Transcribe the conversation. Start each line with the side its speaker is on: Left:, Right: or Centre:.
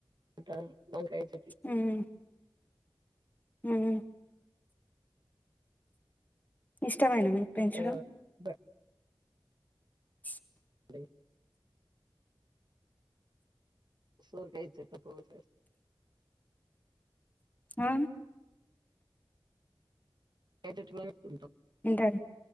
Right: టమాటా వంకాయ చె
Left: ఉమ్ ఉమ్ ఇస్ ఇష్టమేన మీకు పెంచడం.
Right: ఇంకా బ-
Left: <inaudible>
Right: ప్లే సొరకాయ చెట్లు కో <inaudible>
Left: ఆ
Right: ఫైవథర్టీ వరకు ఉంటా
Left: ఇంటాడు